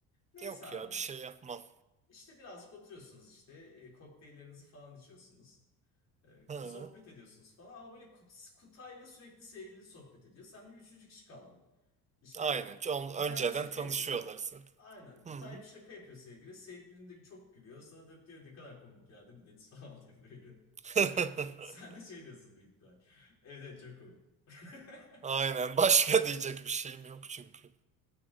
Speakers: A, on the left (about 45°); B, on the right (about 20°).
A: Neyse
B: Yok
A: abi
B: ya bir şey yapmam.
A: işte birazcık oturuyorsunuz işte e, kokteyllerinizi falan içiyorsunuz.
B: Hı.
A: E, sohbet ediyorsunuz falan ama böyle Kut Kutay'la sürekli sevgili sohbet ediyor. Sen bir üçüncü kişi kaldın. İşte
B: Aynen. Çok
A: Kutay
B: önceden
A: bir şaka
B: tanışıyorlar
A: yapıyor.
B: zaten.
A: Aynen. Kutay
B: Hı hı.
A: bir şaka yapıyor sevgili. Sevgilin de çok gülüyor. Sana dönüp diyor ne kadar komik ya değil mi Deniz <laughs> falan diyor böyle.
B: <laughs>
A: Sen de şey diyorsun büyük ihtimal. Evet evet çok komik. <laughs>
B: Aynen. Başka diyecek bir şeyim yok çünkü.